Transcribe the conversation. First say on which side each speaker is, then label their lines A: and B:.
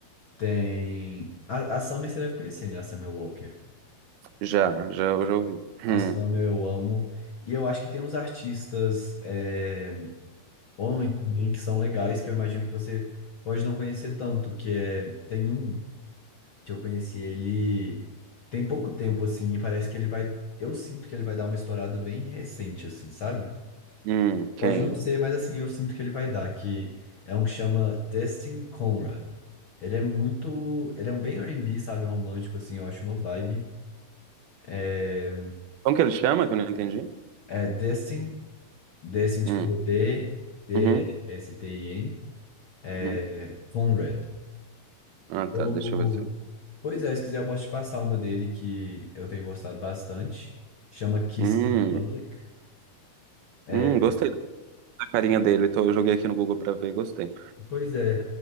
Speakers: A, on the left; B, on the right.
A: Tem. A, a Summer você deve conhecer, né? A Summer Walker.
B: Já, já, eu já ouvi. Hum.
A: A Summer eu amo. E eu acho que tem uns artistas é, homens também que são legais, que eu imagino que você pode não conhecer tanto, que é. Tem um. que eu conheci ele tem pouco tempo, assim, e parece que ele vai. Eu sinto que ele vai dar uma estourada bem recente, assim, sabe?
B: Hum. Quem?
A: Pode não ser, mas assim, eu sinto que ele vai dar, que é um que chama Destin Conrad. Ele é muito. Ele é um bem R&B, sabe? Romântico, assim, eu acho uma vibe. É,
B: Como que ele chama que eu não entendi?
A: é Destin, Destin, tipo,
B: Hum.
A: D, D,
B: Uhum.
A: S, T, I, N. É,
B: Uhum.
A: Conrad.
B: Ah, tá.
A: Eu-
B: Deixa eu ver se eu...
A: Pois é, se quiser eu posso te passar uma dele que eu tenho gostado bastante. Chama Kissing
B: Hum.
A: in Public. É,
B: Hum, gostei da carinha dele. Então eu joguei aqui no Google pra ver e gostei.
A: pois é,